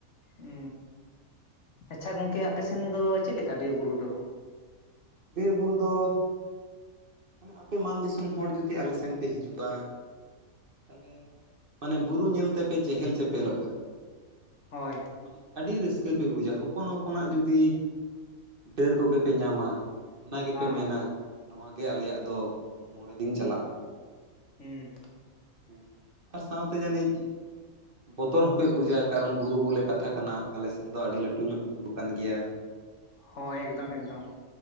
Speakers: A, on the left; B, on the right.
A: ᱦᱩ ᱟᱪᱪᱷᱟ ᱜᱚᱝᱠᱮ ᱟᱯᱮ ᱥᱮᱱ ᱫᱚ ᱪᱮᱫ ᱞᱮᱠᱟ ᱵᱤᱨ ᱵᱩᱨᱩ ᱫᱚ
B: ᱵᱤᱨ ᱵᱩᱨᱩ ᱫᱚ ᱢᱟᱱᱮ ᱟᱯᱮ ᱢᱟᱱ ᱫᱤᱥᱚᱢ ᱦᱚᱲ ᱡᱩᱫᱤ ᱟᱞᱮ ᱥᱮᱱ ᱯᱮ ᱦᱤᱡᱩᱜᱼᱟ᱾ ᱛᱟᱞᱦᱮ ᱢᱟᱱᱮ ᱵᱩᱨᱩ ᱧᱮᱞ ᱛᱮᱯᱮ ᱪᱮᱦᱮᱞ ᱪᱮᱯᱮᱞᱚᱜᱼᱟ᱾
A: ᱦᱚᱭ
B: ᱢᱟᱱᱮ ᱟᱹᱰᱤ ᱨᱟᱹᱥᱠᱟᱹ ᱯᱮ ᱵᱩᱡᱟ ᱦᱚᱯᱚᱱ ᱦᱚᱯᱚᱱ ᱟᱜ ᱡᱩᱫᱤ ᱰᱟᱹᱨ ᱠᱚ ᱜᱮ ᱯᱮ ᱧᱟᱢᱟ᱾ ᱚᱱᱟ ᱜᱮ
A: ᱦᱮᱸ
B: ᱯᱮ ᱢᱮᱱᱟ ᱱᱚᱣᱟ ᱜᱮ ᱟᱞᱮ ᱭᱟᱜ ᱫᱚ ᱢᱚᱬᱮ ᱫᱤᱱ ᱪᱟᱞᱟᱜᱼᱟ᱾
A: ᱦᱩᱸ
B: ᱦᱩ ᱟᱨ ᱥᱟᱶ ᱛᱮ ᱡᱟᱹᱱᱤᱡ ᱵᱚᱛᱚᱨ ᱦᱚᱸᱯᱮ ᱵᱩᱡᱟ ᱠᱟᱨᱚᱱ ᱵᱩᱨᱩ ᱵᱚᱞᱮ ᱠᱟᱛᱷᱟ ᱠᱟᱱᱟ ᱟᱞᱮ ᱥᱮᱱ ᱫᱚ ᱟᱹᱰᱤ ᱞᱟᱹᱴᱩ ᱧᱚᱜ ᱵᱩᱨᱩ ᱠᱟᱱ ᱜᱮᱭᱟ᱾
A: ᱦᱳᱭ
B: ᱦᱮᱸ
A: ᱮᱠᱫᱚᱢ ᱮᱠᱫᱚᱢ